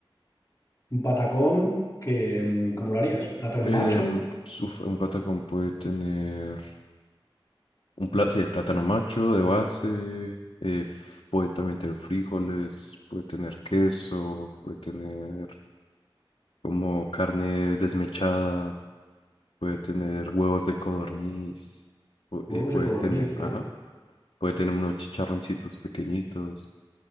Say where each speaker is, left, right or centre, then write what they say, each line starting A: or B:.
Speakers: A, on the left; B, on the left.
A: Un patacón que, mm, ¿cómo lo harías? Plátano
B: Em,
A: macho,
B: uf, un patacón puede tener un plátano, sí, el plátano macho de base. eh, f- puede también tener frijoles, puede tener queso, puede tener como carne desmechada, puede tener huevos de codorniz, pu-
A: huevos
B: eh, puede
A: de codorniz,
B: tener, ajá,
A: ¿eh?
B: puede tener unos chicharroncitos pequeñitos